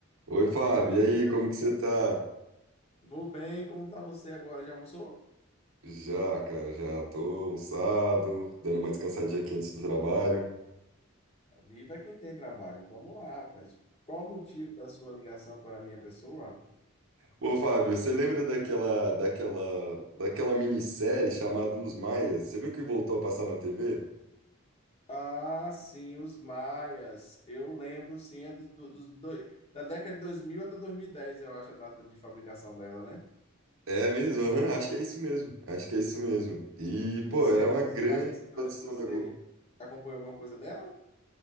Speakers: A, on the right; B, on the left.
A: Oi, Fábio,
B: Diga aí,
A: e aí,
B: Lucas,
A: como
B: tudo
A: que você
B: bem?
A: tá?
B: Vou bem, como tá você agora? Já almoçou?
A: Já, cara, já tô almoçado, dando uma descansadinha aqui antes do trabalho.
B: Viva quem tem trabalho. Vamos lá, rapaz. Qual o motivo da sua ligação para a minha pessoa?
A: Ô, Fábio, você lembra daquela, daquela, daquela minissérie chamada Os Maias? Você viu que voltou a passar na TV?
B: Ah, sim, os maias. Eu lembro, sim, é do, do- do- do- da década de 2000 até 2010. eu acho a data de fabricação dela, né?
A: É mesmo, aham, acho que é isso mesmo, acho que é isso mesmo. E,
B: Você,
A: pô, era uma
B: você
A: grande
B: acha que
A: produção da
B: você
A: Globo.
B: acompanha alguma coisa dela?